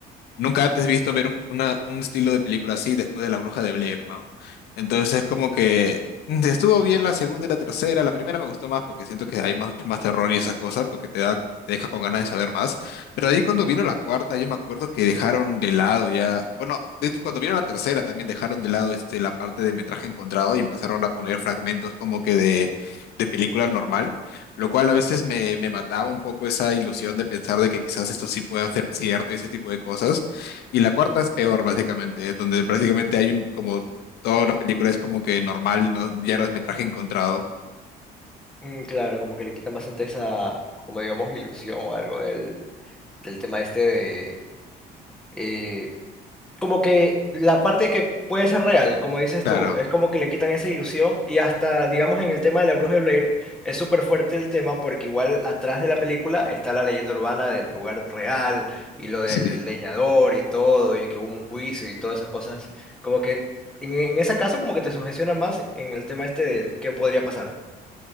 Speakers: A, on the left (about 75°); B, in the centre.
A: nunca antes visto ver un, una- un estilo de película así después de La Bruja de Blair, ¿no? Entonces es como que mm, estuvo bien la segunda y la tercera. La primera me gustó más porque siento que hay más- mucho más terror y esas cosas porque te da, te deja con ganas de saber más. Pero ahí cuando vino la cuarta, yo me acuerdo que dejaron de lado ya, bueno, de hecho cuando vino la tercera también dejaron de lado este, la parte de metraje encontrado y empezaron a poner fragmentos como que de, de película normal lo cual a veces me, me mataba un poco esa ilusión de pensar de que quizás esto sí pueda ser cierto y ese tipo de cosas. Y la cuarta es peor, básicamente, donde prácticamente hay un, como toda la película es como que normal, ¿no? Ya metraje encontrado.
B: Mm, Claro, como que le quitan bastante esa, como digamos, ilusión o algo del, del tema este de... eh, como que la parte que puede ser real, como dices
A: Claro,
B: tú, es como que le quitan esa ilusión y hasta, digamos, en el tema de la Bruja de Blair es súper fuerte el tema porque igual atrás de la película está la leyenda urbana del lugar real y lo del
A: sí.
B: leñador y todo y que hubo un juicio y todas esas cosas. Como que en, en ese caso como que te sugestiona más en el tema este del qué podría pasar.